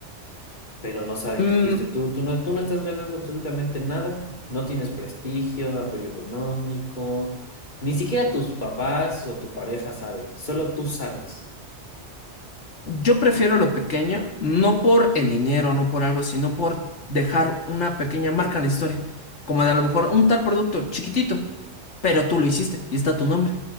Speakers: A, on the left; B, on the left.
A: pero no saben
B: Mm,
A: que fuiste tú. Tú no, tú no estás ganando absolutamente nada, no tienes prestigio, apoyo económico, ni siquiera tus papás o tu pareja sabe, solo tú sabes.
B: Yo prefiero lo pequeño, no por el dinero, no por algo, sino por dejar una pequeña marca en la historia. Como de a lo mejor un tal producto chiquitito, pero tú lo hiciste y está tu nombre.